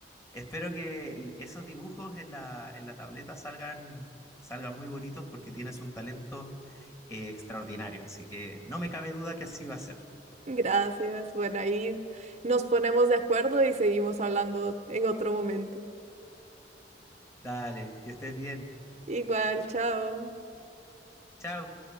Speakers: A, on the left; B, on the right.
A: espero que el- esos dibujos en la, en la tableta salgan, salgan muy bonitos porque tienes un talento eh, extraordinario, así que no me cabe duda que así va a ser.
B: Gracias. Bueno, ahí nos ponemos de acuerdo y seguimos hablando en otro momento.
A: Dale, que estés bien.
B: Igual, chao.
A: Chao.